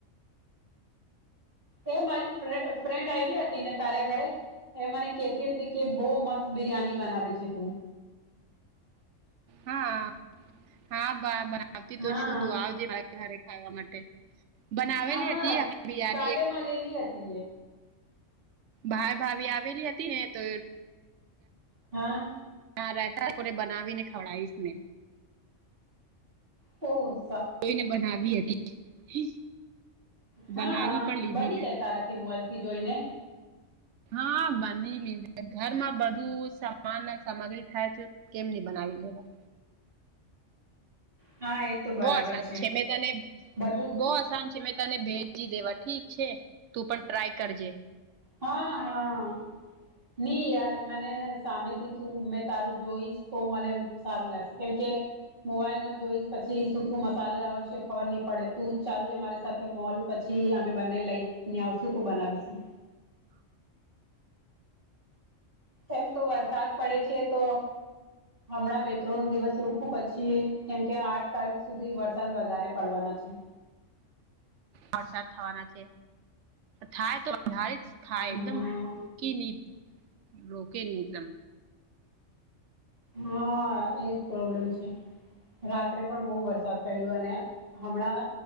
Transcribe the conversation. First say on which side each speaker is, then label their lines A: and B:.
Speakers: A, on the right; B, on the right.
A: એ મારી ફ્રેન્ડ આવી હતી ને તારેા ઘરે એ મને કેતી હતી કે બહુ મસ્ત બિરિયાની બનાવે છે તું
B: હા હા બવતી તો
A: હા
B: છું તું આવજે ખાવા માટે બનાવે
A: હા
B: લ હતી અખલી બરની
A: કાલે
B: એક
A: માં લેલી હતી એ
B: ભાઈ ભાાવી આવેલી હતી ને તો
A: હા
B: હા રહેતા લોકોને બનાવી ને ખવડાવીશ ને
A: ઓ
B: જોઈને બનાવી હતી
A: હા
B: બનાવી પણ લીધી
A: બની
B: મેં
A: જાય તારા થી મોબાઈલ થી જોઈને
B: હા બની લી છે ઘરમાં બધું સામાન સામગ્રી થાય છે કેમ નની બનાવી લેવા
A: હા એ તો બરાબર
B: બોસ સાચ છે મેં તને
A: બધું
B: બોસ છે મેં તને ભેજી દેવા ઠીક છે તું પણ ટ્રાય કરજે
A: હા હા નઈ યાર મને સામેથી તું મેં તારું જોઈશ તો મને સારું લાગશે કેમકે મોબાઈલમાં જોઈ પછી શું શું મસાલ આવશે ખબર નહી પડે તું ચાલજે મારે સાથે મોલ પછી અમે બંને લઈ ને આવશું તો બનાવીશું એમ તો વરસાદ પડે છે તો હમણાં બે ત્રણ દિવસ રૂકું પછી કેમકે આઠ તારીખ સુધી વરસાદ વધારે પડવાના છે
B: વરસાદ થવાના છે થાય તો વધારે જ થાય
A: હા
B: એકદમ રોકી ન રોકે નહી એકદમ
A: હા એજ પ્રોબ્લેમ છે રાત્રે પણ બહુ વરસાદ પડ્યો અને હમણાં